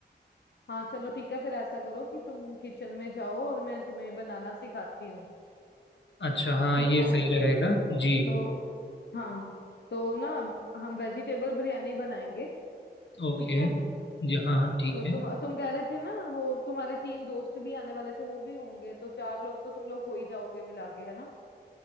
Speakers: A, on the left; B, on the left.
A: हाँ चलो ठीक है फिर ऐसा करो कि तुम किचन में जाओ और मैं तुम्हें बनाना सिखाती हूँ
B: अच्छा हाँ
A: ठीक
B: ये
A: है
B: सही रहेगा जी
A: तो हाँ तो ना हम वेजिटेबल बिरयानी बनाएंगे
B: ओके
A: ठीक है
B: जी हाँ हाँ, ठीक
A: तो
B: है
A: तुम तुम कह रहे थे ना वो तुम्हारे तीन दोस्त भी आने वाले थे वो भी होंगे तो चार लोग तो तुम लोग हो ही जाओगे मिला के है ना